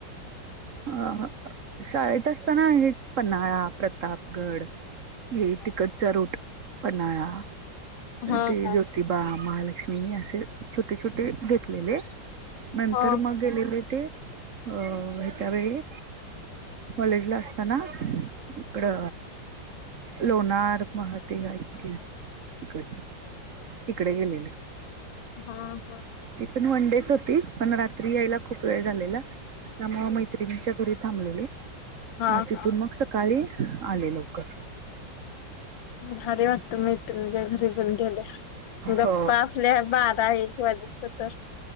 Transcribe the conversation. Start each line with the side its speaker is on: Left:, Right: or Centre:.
Right: ह शाळेत असताना हेच पन्हाळा, प्रतापगड ये तिकटचा रूट पन्हाळा
Left: हा
Right: ते
Left: हा
Right: ज्योतिबा, महालक्ष्मीनी आस छोटे छोटे घेतलेले नंतर
Left: हा हा
Right: मग गेलेले ते अ हेच्यावेळी कॉलेजला आसताना इकड लोणार महते हे आहेत कीे इकडच तिकडे गेलेलो.
Left: हा हा,
Right: ती पण वन डेच होती पण, रात्री यायला खूप वेळ झालेला त्यामुळ मैत्रिणीच्या घरी थांबलेले. म
Left: हा
Right: तिथून
Left: हा
Right: मग सकाळी आले लवकर.
Left: भारी वाटत मैत्रिणीच्या घरी घून गेल्या गप्पा
Right: हो
Left: आपल्या बारा एक वाजूस्व पतर.